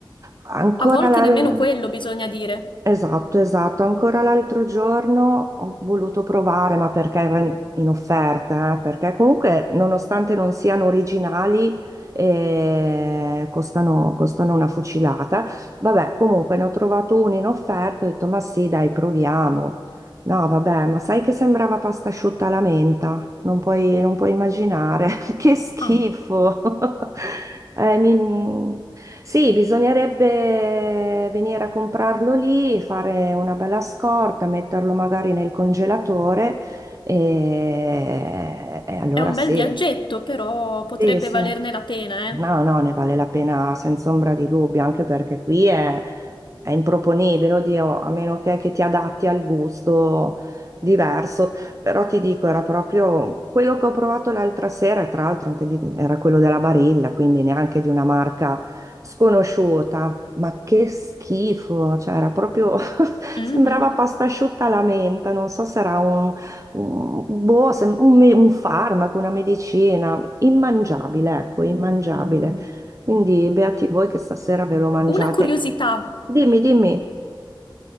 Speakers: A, on the right; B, on the left.
A: ancora
B: A volte
A: la.
B: nemmeno quello bisogna dire.
A: Esatto, esatto. Ancora l'altro giorno ho voluto provare, ma perché era in in offerta, eh, Perché comunque, nonostante non siano originali, eh, costano, costano una fucilata. Vabbè, comunque ne ho trovato uno in offerta, ho detto, ma sì, dai, proviamo. No, vabbè, ma sai che sembrava pasta asciutta alla menta? Non puoi, non puoi immaginare. <laughs> Che schifo!
B: Ah,
A: <laughs> Eh, mi- Sì, bisognerebbe venire a comprarlo lì, fare una bella scorta, metterlo magari nel congelatore e, e allora
B: è un
A: sì.
B: bel viaggetto, però potrebbe
A: Sì, sì.
B: valerne la pena,
A: No,
B: eh.
A: no, ne vale la pena senza ombra di dubbio, anche perché qui è, è improponibile, oddio, a meno che, che ti adatti al gusto diverso. Però ti dico, era proprio quello che ho provato l'altra sera, e tra l'altro anche di- era quello della Barilla, quindi neanche di una marca sconosciuta. Ma che schifo, cioè era proprio, <laughs>
B: Mhm.
A: sembrava pasta asciutta alla menta, non so se era un, un- boh, sem- un me- un farmaco, una medicina. Immangiabile, ecco, immangiabile. Quindi beati voi che stasera ve lo mangiate.
B: Una curiosità.
A: Dimmi, dimmi.